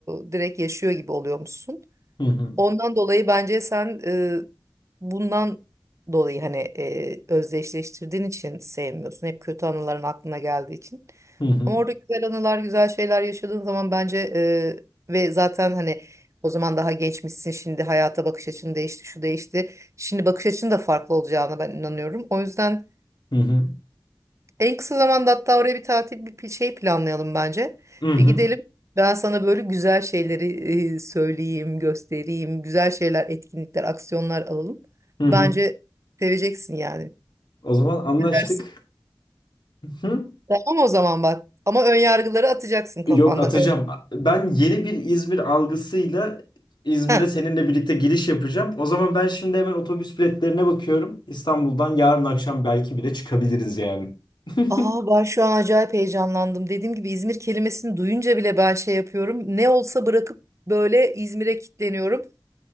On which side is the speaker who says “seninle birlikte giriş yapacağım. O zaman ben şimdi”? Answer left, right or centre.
Left